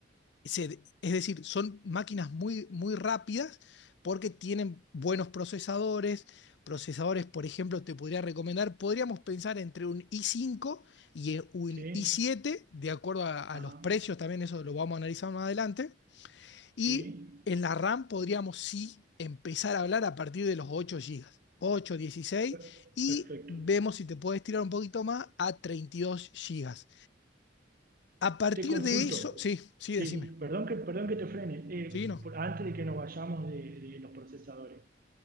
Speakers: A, on the left; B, on the right.
A: se- es decir, son máquinas muy, muy rápidas porque tienen buenos procesadores. Procesadores, por ejemplo, te podría recomendar, podríamos pensar entre un i cinco y eh, un
B: Sí,
A: i siete de acuerdo a, a
B: ajá,
A: los precios, también eso lo vamos a analizar más adelante. Y
B: sí.
A: en la RAM podríamos sí empezar a hablar a partir de los ocho gigas ocho dieciséis
B: per-
A: y
B: Perfecto.
A: vemos si te puedes tirar un poquito más a treinta y dos gigas A partir
B: Te consulto.
A: de eso, sí, sí,
B: Sí,
A: decime.
B: perdón que, perdón que te frene. Eh,
A: Sí, no.
B: por- antes de que nos vayamos de, de los procesadores.